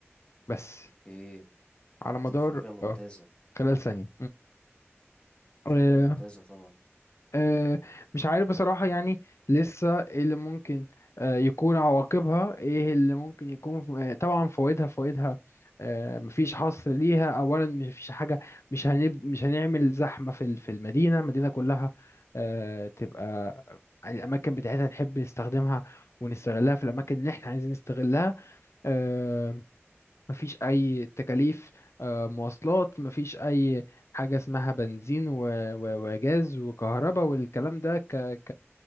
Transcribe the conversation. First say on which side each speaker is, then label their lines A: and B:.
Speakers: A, on the left (about 75°); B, on the left (about 20°).
A: بس
B: اوكي
A: على
B: دي
A: مدار
B: فكرة ممتازة
A: اه خلال ثانية
B: فكرة
A: مم.
B: ممتازة طبعا
A: آه، مش عارف بصراحة يعني لسه إيه اللي ممكن آه، يكون عواقبها ايه اللي ممكن يكون آه، طبعا فوائدها فوائدها آه، مفيش حصر ليها اولا مفيش حاجة مش هنب مش هنعمل زحمة في ال- في المدينة المدينة كلها آه، تبقى الاماكن بتاعتها نحب نستخدمها ونستغلها في الاماكن اللي احنا عايزين نستغلها آه، مفيش أي تكاليف آه، مواصلات مفيش أي حاجة اسمها بنزين و- و- وجاز وكهرباء والكلام ده ك ك